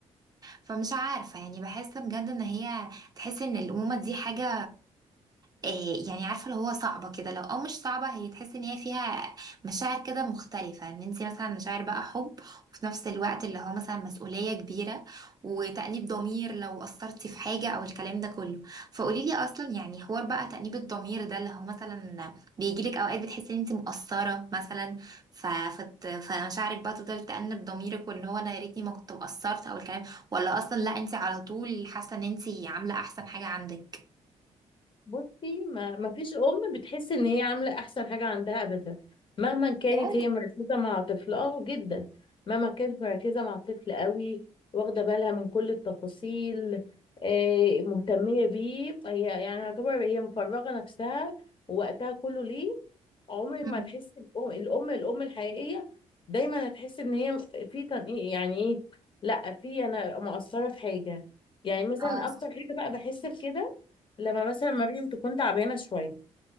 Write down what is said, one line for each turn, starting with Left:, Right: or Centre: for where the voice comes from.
Right: فمش عارفة يعني بحس بجد ان هي تحس ان الأمومة دي حاجة إيه يعني عارفه اللي هو صعبه كده لو او مش صعبه هي تحس ان هي فيها مشاعر كده مختلفه ان انت مثلا مشاعر بقى حب وفي نفس الوقت اللي هو مثلا مسؤوليه كبيره وتأنيب ضمير لو قصرتي في حاجه او الكلام ده كله فقولي لي اصلا يعني حوار بقى تأنيب الضمير ده اللي هو مثلا بيجي لك اوقات بتحسي ان انت مقصره مثلا ف... فت... فمشاعرك بقى تفضل تأنب ضميرك واللي هو انا يا ريتني ما كنت مقصرت او الكلام ولا اصلا لا انت على طول حاسه ان انت عامله احسن حاجه عندك
Left: بصي ما ما فيش ام بتحس ان هي عامله احسن حاجه عندها ابدا مهما كانت
Right: بجد
Left: هي مركزه مع طفل اه جدا مهما كانت مركزه مع الطفل قوي واخده بالها من كل التفاصيل آه مهتميه بيه هي يعني يعتبر هي مفرغه نفسها ووقتها كله ليه عمرك
Right: مم.
Left: ما تحس الام الام الام الحقيقيه دايما هتحس ان هي في تنقيق يعني ايه لا في انا مقصره في حاجه يعني مثلا
Right: اه
Left: اكتر حاجه بقى بحس بكده لما مثلا مريم تكون تعبانة شوية